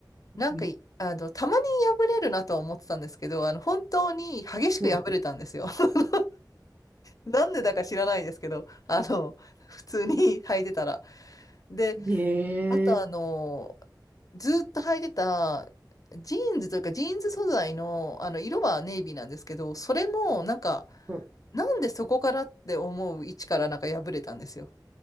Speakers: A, on the left; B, on the right.
A: なんかい、
B: ん
A: あの、たまに破れるなとは思ってたんですけど、あの、本当に激しく破れたんですよ。
B: うん
A: <laughs> なんでだか知らないですけど、あの、普通に <laughs> 履いてたら。で、
B: ええ
A: あとあの、ずっと履いてた、ジーンズというか、ジーンズ素材の、あの、色はネイビーなんですけど、それも、なんか、
B: うん、<laughs>
A: なんでそこからって思う位置からなんか破れたんですよ。